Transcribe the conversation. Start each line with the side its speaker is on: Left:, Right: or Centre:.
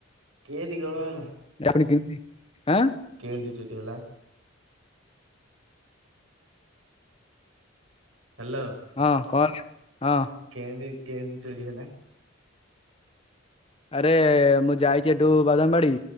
Right: କେଏ ଦି କଣ ହେଲା?
Left: <unintelligible> ଆଁ
Right: କେନତି ଚୋରି ହେଲା? ହ୍ୟାଲୋ
Left: ହଁ କଣ ହଁ
Right: କେନ୍ତି କେନ୍ତି ଚୋରି ହେଲା?
Left: ଆରେ ମୁଁ ଯାଇଛି ଏଠୁ ବାଦାମବାଡି